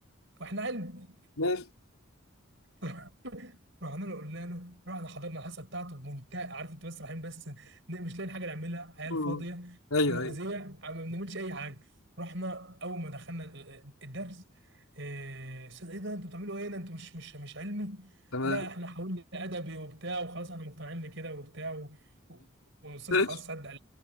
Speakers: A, on the right (about 60°); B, on the left (about 85°).
A: واحنا علم
B: ماشي
A: <laughs> رحنا له قلنا له رحنا حضرنا الحصه بتاعته بمنتهى عارف انت بس رايحين بس ن- مش لاقيين حاجه نعملها عيال
B: مم.
A: فاضيه
B: ايوه
A: مؤذيه
B: ايوه
A: عم- ما بنعملش اي حاجه رحنا اول ما دخلنا الدرس إيه، استاذ ايه ده انتوا بتعملوا ايه هنا انتوا مش مش مش علمي
B: تمام
A: لا احنا حاولنا ادبي وبتاع وخلاص احنا مقتنعين بكده وبتاع و- و- والاستاذ
B: ماشي
A: خلاص صدق قال